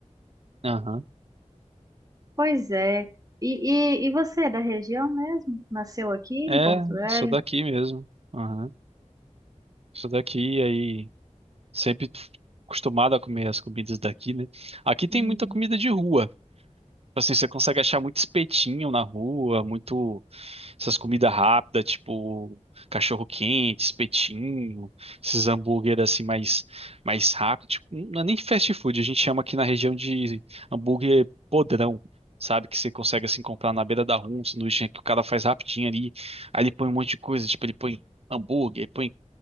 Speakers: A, on the right; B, on the right.
A: Aham.
B: Pois é. E, e, e você é da região mesmo? Nasceu aqui em
A: É,
B: Porto Velho?
A: sou daqui mesmo. Aham. Sou daqui, aí sempre acostumado a comer as comidas daqui, né? Aqui tem
B: Uhum.
A: muita comida de rua. Tipo assim, você consegue achar muito espetinho na rua, muito essas comidas rápidas, tipo cachorro quente, espetinho, esses hambúrguer assim mais mais rápido, tipo, não é nem fast food, a gente chama aqui na região de hambúrguer podrão. Sabe, que você consegue assim comprar na beira da rua, um sanduíche que o cara faz rapidinho ali. Aí ele põe um monte de coisa, tipo, ele põe hambúrguer, põe